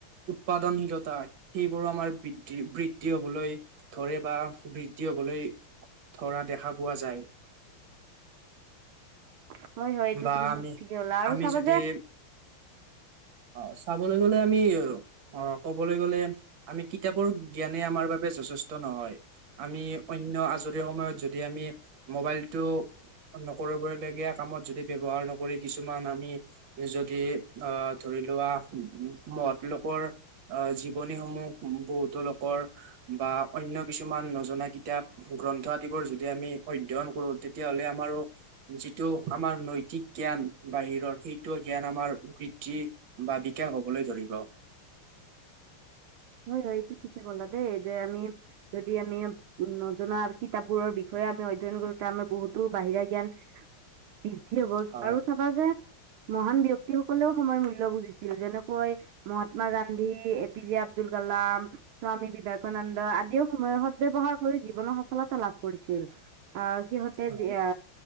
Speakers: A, on the right (about 70°); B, on the right (about 80°).
A: উৎপাদনশীলতা সেইবোৰো আমাৰ বৃদ্ধি বৃদ্ধি হবলৈ ধৰে বা বৃদ্ধি হবলৈ ধৰা দেখা পোৱা যায়।
B: <inaudible> হয়, হয়। এইটো
A: বা
B: তুমি
A: আমি
B: ঠিকেই কলা আৰু
A: আমি
B: চাবা
A: যদি
B: যে
A: অ চাবলৈ গলে আমি অ ক'বলৈ গলে আমি কিতাপৰ জ্ঞানে আমাৰ বাবে যথেষ্ট নহয় আমি অন্য আজৰি সময়ত যদি আমি মোবাইলটো নকৰিবই লগীয়া কামত যদি ব্যৱহাৰ নকৰি কিছুমান আমি যদি আহ ধৰি বিলোৱা মহৎ লোকৰ আ জীৱনী সমূহ বহ বহুতো লোকৰ বা অন্য কিছুমান নজনা কিতাপ গ্ৰন্থ আদিবৰ যদি আমি অধ্যয়ন কৰো তেতিয়াহলে আমাৰো যিটো আমাৰ নৈতিক জ্ঞান বাহিৰৰ সেই টো জ্ঞান আমাৰ বৃদ্ধি বা বিকাশ হবলৈ ধৰিব।
B: হয়, হয়। এইটো ঠিকে কলা দেই যে আমি যদি আমি নজনা কিতাপবোৰৰ বিষয়ে আমি অধ্যয়ন কৰো তে আমাৰ বহুতো বাহিৰা জ্ঞান বৃদ্ধি হ'ব
A: হয়।
B: আৰু চাবা যে মহান ব্যক্তিসকলেও সময়ৰ মূল্য বুজিছিল। যেনেকৈ মহাত্মা গান্ধী, এ পি যে আব আব্দুল কালাম, স্বামী বিবেকানন্দ আদিও সময়ৰ সদ ব্যৱহাৰ কৰি জীৱনৰ সফলতা লাভ কৰিছিল। আৰ সিহঁতে
A: হয়।
B: জিয়া